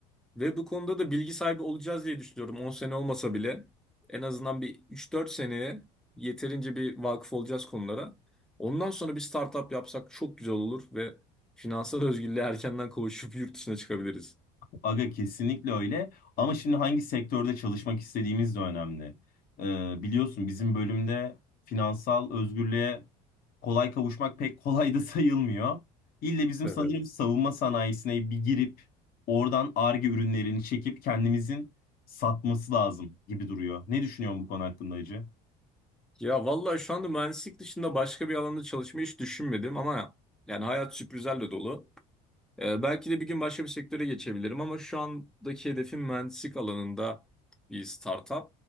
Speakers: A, in the centre; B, on the left (about 55°).
A: Ve bu konuda da bilgi sahibi olacağız diye düşünüyorum. 10 sene olmasa bile en azından bir üç dört seneye yeterince bir vakıf olacağız konulara. Ondan sonra bir startup yapsak çok güzel olur ve finansal özgürlüğe erkenden kavuşup yurt dışına çıkabiliriz.
B: Aga kesinlikle öyle. Ama şimdi hangi sektörde çalışmak istediğimiz de önemli. Ee, biliyorsun bizim bölümde finansal özgürlüğe kolay kavuşmak pek kolay da <laughs> sayılmıyor. İlle bizim
A: Evet.
B: sanırım savunma sanayisine bir girip oradan Ar-Ge ürünlerini çekip kendimizin satması lazım gibi duruyor. Ne düşünüyorsun bu konu hakkında Hacı?
A: Ya vallahi şu anda mühendislik dışında başka bir alanda çalışmayı hiç düşünmedim ama yani hayat sürprizlerle dolu. Ee, belki de bir gün başka bir sektöre geçebilirim ama şu andaki hedefim mühendislik alanında bir startup.